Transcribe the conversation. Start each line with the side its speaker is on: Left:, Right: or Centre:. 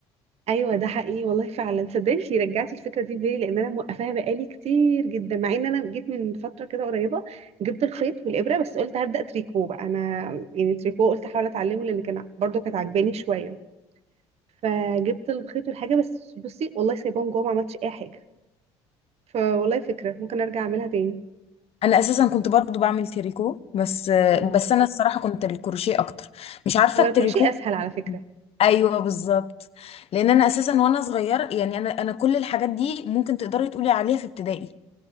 Right: ايوه ده حقيقي والله فعلا صدقني رجعتي الفكره دي في بالي لان انا موقفاها بقالي كتير جدا مع ان انا جيت من فتره كده قريبه جبت الخيط والابره بس قلت هبدا تريكو بقى انا يعني تريكو قلت احاول اتعلمه لان كان برضو كانت عجباني شويه فجبت الخيط والحاجه بس بصي والله سايباهم جوه ما عملتش اي حاجه فوالله فكره ممكن ارجع اعملها تاني
Left: انا اساسا كنت برضو بعمل تريكو بس
Right: مم.
Left: بس انا الصراحه كنت الكروشيه اكتر مش عارفه
Right: هو
Left: التريكو
Right: الكروشيه اسهل على فكره
Left: ايوه بالظبط لان انا اساسا وانا صغير يعني انا انا كل الحاجات دي ممكن تقدري تقولي عليها في ابتدائي